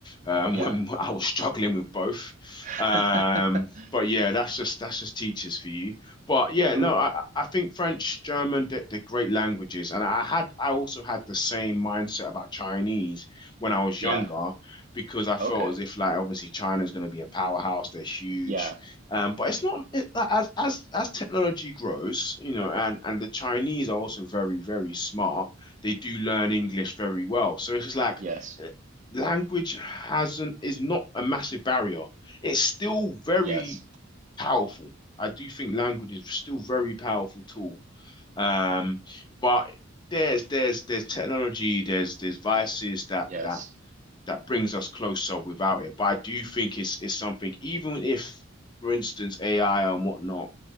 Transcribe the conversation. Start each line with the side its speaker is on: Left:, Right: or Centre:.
Left: um,
Right: Yeah.
Left: <laughs> when I was struggling with both.
Right: <laughs>
Left: Um, but yeah, that's just that's just teachers for you. But yeah,
Right: So,
Left: no, I I think French, German, they're, they're great languages, and I had I also had the same mindset about Chinese when I was
Right: yeah.
Left: younger, because I felt
Right: Okay.
Left: as if like obviously China is going to be a powerhouse, they're huge,
Right: Yeah.
Left: um, but it's not it, like, as as as technology grows, you know, and and the Chinese are also very very smart. They do learn English very well, so it's just like
Right: Yes.
Left: eh, language hasn't is not a massive barrier. It's still very
Right: Yes.
Left: powerful. I do think language is still very powerful tool. Um, but there's there's there's technology, there's there's vices that
Right: Yes.
Left: that that brings us closer without it. But I do think it's it's something, even if, for instance, AI and whatnot